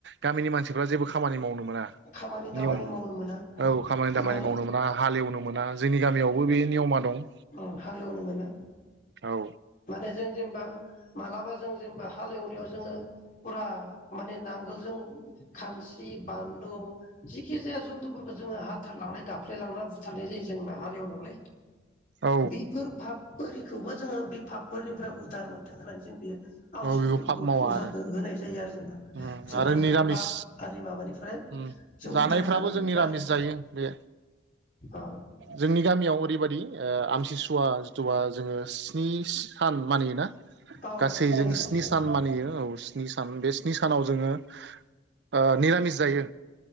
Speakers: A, on the right; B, on the left.
A: गामिनि मानसिफ्रा जेबो खामानि मावनो मोना
B: खामानि दामानि
A: नियम
B: मावनो मोना
A: औ खामानि दामानि
B: माने
A: मावनो मोना हालेवनो मोना जोंनि गामियावबो बे नियमा दं
B: औ हालेवनो मोना
A: औ
B: माने जों जेनबा मालाबा जों जेनेबा हालेवनायाव जोङो फुरा माने नांगोलजों खानस्रि बानलु जिखि जाया जन्थुफोरखौ जोङो हाथारलांनाय गाफ्लाय लांना बुथारनाय जायो जेनेबा हालेवनायावलै
A: औ
B: बेफोर फाब ओरिखौबो जोङो बे पााबफोरनिफ्राय उदार मोनथों होननानै जों बियो आवसि
A: औ बेखौ
B: फोरबो
A: फाब मावा
B: फुजाखौ
A: आरो
B: होनाय जायो आरो जेनेबा
A: उम
B: जेब्ला
A: आरो
B: जों
A: निरामिस
B: पाप आरि माबानिफ्राय
A: उम
B: जों
A: जानायफ्राबो
B: उदार जानायनिखौ
A: जोंनमिरामिस
B: आरो
A: जायो बे
B: औ
A: जोंनि गामियाव ओरैबायदि ओ आमथिसुवा जिथुबा जोङो स्नि सान मानियोना
B: औ
A: गासै
B: सिनाय
A: जों
B: सानसै
A: स्नि सान मानियो औ सान बे स्नि सानाव जोङो ओ निरामिस जायो।